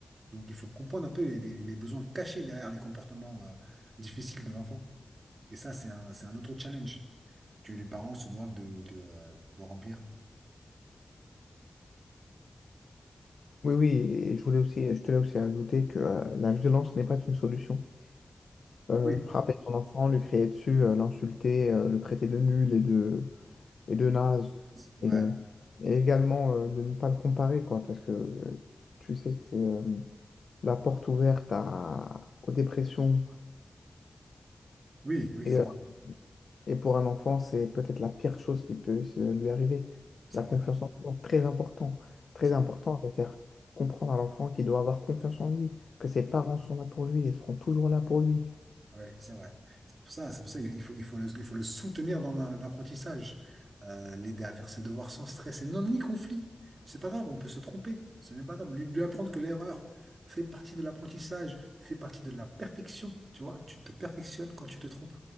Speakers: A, on the right; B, on the left.
A: Donc il faut comprendre un peu les, les- les besoins cachés derrière les comportements euh, difficiles de l'enfant. Et ça, c'est un, c'est un autre challenge que les parents se doivent de, de, euh, de remplir.
B: Oui, oui, et je voulais aussi, je tenais aussi à ajouter que euh, la violence n'est pas une solution. Euh,
A: Oui.
B: frapper son enfant, lui crier dessus, euh, l'insulter, euh, le traiter de nul et de, et de naze,
A: Ouais.
B: et, euh, et également euh, de ne pas le comparer, quoi, parce que euh, tu sais que c'est... euh, la porte ouverte à- aux dépressions.
A: Oui, oui,
B: Et,
A: c'est
B: euh, et pour un enfant, c'est peut-être la pire chose qui peut se- lui arriver.
A: c'est
B: La
A: vrai.
B: confiance en soi, très important. Très
A: C'est vrai.
B: important de faire comprendre à l'enfant qu'il doit avoir confiance en lui, que ses parents sont là pour lui et seront toujours là pour lui.
A: Ouais, c'est vrai. C'est pour ça, c'est pour ça qu'il faut, il faut le, il faut le soutenir dans la- l'apprentissage, Euh, l'aider à faire ses devoirs sans stress et non ni conflit. C'est pas grave, on peut se tromper. Ce n'est pas grave. Lui, lui apprendre que l'erreur fait partie de l'apprentissage, fait partie de la perfection. Tu vois, tu te perfectionnes quand tu te trompes.